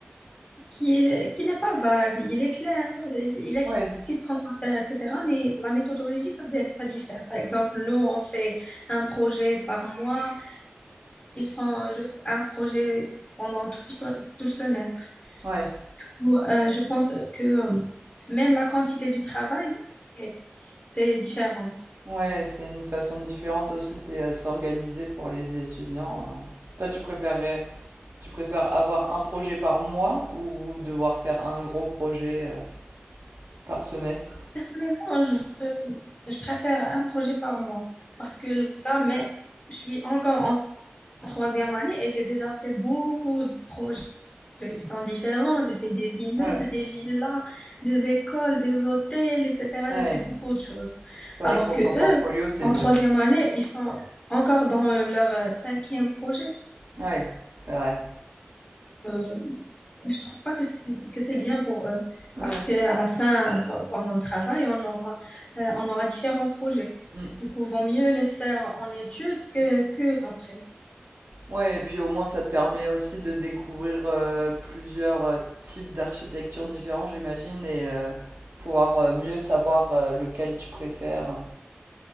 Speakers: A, on the left; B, on the right.
A: qui est, qui n'est pas vague, il est clair, euh, il est
B: ouais,
A: qu'est-ce qu'on doit faire, etc. Mais la méthodologie, ça, dé- ça diffère. Par exemple, nous, on fait un projet par mois. Ils font juste un projet pendant tout, se- tout le semestre.
B: ouais.
A: Ou, euh, je pense euh, que euh, même la quantité du travail, c'est c'est différente.
B: Ouais, c'est une façon différente aussi de s'é- s'organiser pour les étudiants. hein. Toi, tu préférerais, tu préfères avoir un projet par mois ou devoir faire un gros projet euh, par semestre?
A: Personnellement, je, je préfère un projet par mois parce que là, mais je suis encore en troisième année et j'ai déjà fait beaucoup de projets. Ils sont différents. J'ai fait des immeubles,
B: Ouais,
A: des villas, des écoles, des hôtels, etc.
B: ouais.
A: J'ai fait beaucoup de choses.
B: C'est
A: Alors
B: vrai que pour
A: que
B: ton
A: eux,
B: portfolio, c'est
A: en
B: mieux.
A: troisième année, ils sont encore dans leur euh, cinquième projet.
B: Ouais, c'est vrai.
A: Euh, je trouve pas que c'est que c'est bien pour eux
B: Ouais.
A: parce que à la fin p- pendant le travail on aura euh, on aura différents projets
B: Mm.
A: du coup vaut mieux les faire en études que que après
B: Ouais, et puis au moins, ça te permet aussi de découvrir euh, plusieurs euh, types d'architecture différents, j'imagine, et euh, pouvoir euh, mieux savoir euh, lequel tu préfères. euh,